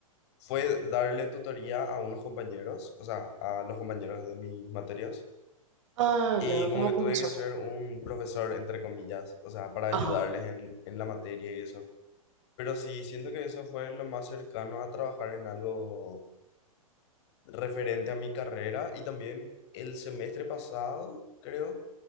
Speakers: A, on the left (about 50°); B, on the right (about 55°).
A: fue darle tutoría a unos compañeros, o sea, a los compañeros de mis materias.
B: Ah,
A: Y
B: ya,
A: como
B: como
A: que
B: profesor.
A: tuve que ser un profesor, entre comillas, o sea, para ayudarles
B: Ajá.
A: en, en la materia y eso. Pero sí, siento que eso fue lo más cercano a trabajar en algo referente a mi carrera. Y también el semestre pasado, creo,